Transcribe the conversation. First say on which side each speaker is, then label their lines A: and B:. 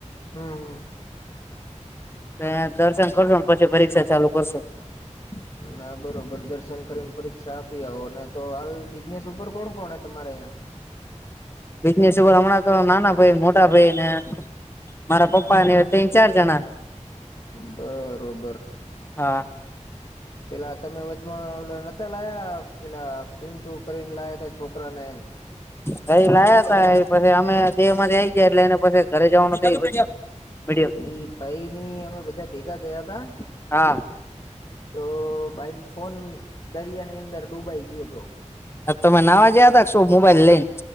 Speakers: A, on the left; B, on the left.
A: હમ્મ હમ્મ
B: ને દર્શન કરશું, ને પછી પરીક્ષા ચાલુ કરશું.
A: <inaudible> ના બરોબર, દર્શન કરીને પરીક્ષા આપી આવો અનેને તો હાલ બિઝનેસ ઉપર કોણ કોણ તમારે ઐયા.
B: બિઝનેસ ઉપર હમણાં તો નાના ભાઈ, મોટા ભાઈ ને મારા પપ્પાને, તિન ચાર જણા
A: બરોબર
B: હા.
A: પેલા તમે વચમાં ઓ નતા લાયા પેલા પી ટુ કરીને લાયા તા છોકરાને
B: કઈ લાયા તા એ પછી અમે દેહ માંથી આઈ ગયા એટલે એને પછી ઘરે જવાનું <unintelligible> મીડિ
A: એ પાઈની અમે બધા ભેગા ગયા તા
B: હા
A: તો ભાઈ ફોન દરિયા ની અંદર ડૂબાઈ ગયો તો.
B: હ તમે નાવા જ્યાં તા શું મોબાઈલ લઈ